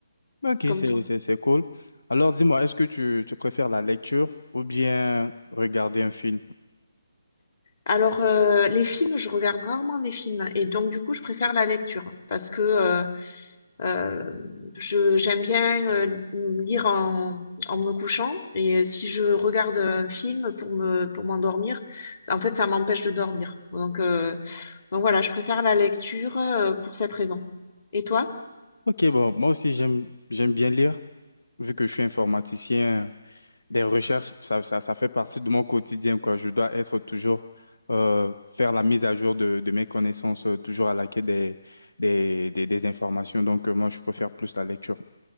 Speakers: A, on the left (about 75°); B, on the left (about 40°).
A: Ok,
B: comme
A: c'est,
B: toi.
A: c'est, c'est cool. Alors, dis-moi, est-ce que tu, tu préfères la lecture ou bien regarder un film?
B: Alors, euh, les films, je regarde rarement des films et donc du coup, je préfère la lecture parce que euh, euh, je j'aime bien euh, lire en, en me couchant et si je regarde un film pour me pour m'endormir, en fait, ça m'empêche de dormir. Donc, euh, donc voilà, je préfère la lecture euh, pour cette raison. Et toi?
A: Ok, bon, moi aussi j'aime j'aime bien lire, vu que je suis informaticien, des recherches, ça, ça, ça fait partie de mon quotidien, quoi. Je dois être toujours euh, faire la mise à jour de, de mes connaissances, euh, toujours à la quête des, des, des, des informations. Donc euh, moi je préfère plus la lecture.